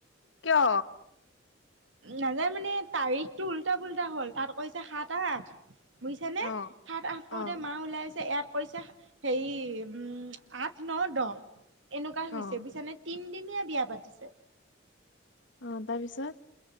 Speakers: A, on the left (about 70°); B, on the right (about 80°).
A: কিয়?
B: নাযায় মানে তাৰিখটো উল্টা পুল্টা হ'ল, তাত কৈছে সাত আঠ- বুজিছা নে?
A: অ
B: সাত আঠ
A: অ
B: কৰোতে মাঁ ওলাই আছে এয়াত- কৈছে হেৰি উম আঠ ন' দহ' এনেকুৱা
A: অ।
B: হৈছে বুজিছানে? তিনদিনিয়া বিয়া পাতিছে।
A: অঁ তাৰপিছত?